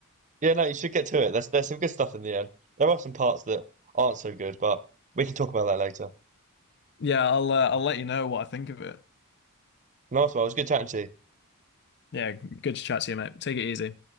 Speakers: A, on the right; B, on the left.
A: Yeah, no, you should get to it. There's there's some good stuff in the end. There are some parts that aren't so good, but we can talk about that later.
B: Yeah, I'll uh, I'll let you know what I think of it.
A: Nice one. It was good chatting to you.
B: Yeah, good to chat to you, mate. Take it easy.